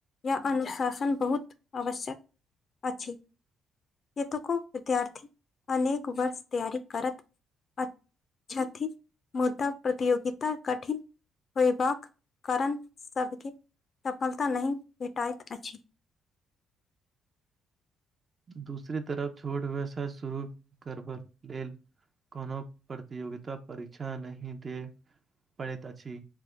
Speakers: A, on the left; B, on the right.
A: या अनुशासन बहुत आवश्यक। अछि हतुक विद्यार्थी अनेक वर्ष तैयरी करतऽ मुद्दा प्रतियोगिता कठिन होयबाक कारण सभके सफलता नहि भेटैत अछि
B: दूसरी तरफ छोट व्यवसाय शुरू करब लेलऽ कोनो प्रतियोगिता परीक्षा नहि दे। पढ़ैत अछि